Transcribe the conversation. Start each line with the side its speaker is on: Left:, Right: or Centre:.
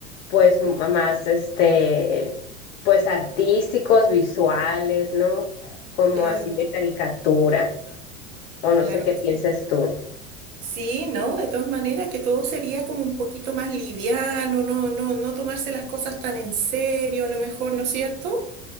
Left: pues m- más, este, pues artísticos, visuales, ¿no? Como
Right: Claro.
Left: así de caricatura, o no
Right: Claro
Left: sé qué
Right: que
Left: pienses
Right: sí.
Left: tú.
Right: Sí, no, de todas maneras, que todo sería como un poquito más liviano, no, no, no tomarse las cosas tan en serio, a lo mejor, ¿no es cierto?